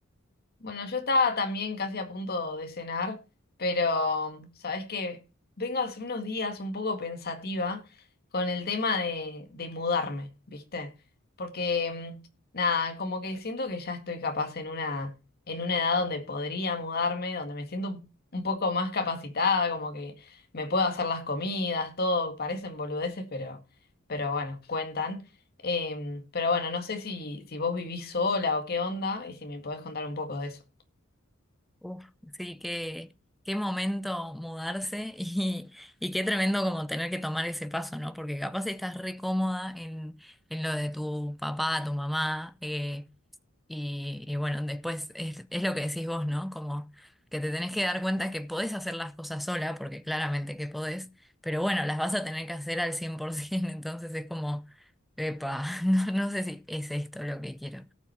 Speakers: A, on the left; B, in the centre.
A: Bueno, yo estaba también casi a punto de cenar, pero sabés que vengo hace unos días un poco pensativa con el tema de, de mudarme, ¿viste? Porque mm, nada, como que siento que ya estoy capaz en una, en una edad donde podría mudarme, donde me siento un un poco más capacitada, como que me puedo hacer las comidas, todo, parecen boludeces, pero, pero bueno, cuentan. Em, pero bueno, no sé si, si vos vivís sola o qué onda y si me podés contar un poco de eso.
B: Uf, sí, qué, qué momento mudarse <laughs> y, y qué tremendo como tener que tomar ese paso, ¿no? Porque capaz estás re cómoda en, en lo de tu papá, tu mamá, eh, Y, y bueno, después es, es lo que decís vos, ¿no? Como que te tenés que dar cuenta que podés hacer las cosas sola, porque claramente que podés, pero bueno, las vas a tener que hacer al 100%, <laughs> entonces es como, epa, <laughs> no, no sé si es esto lo que quiero.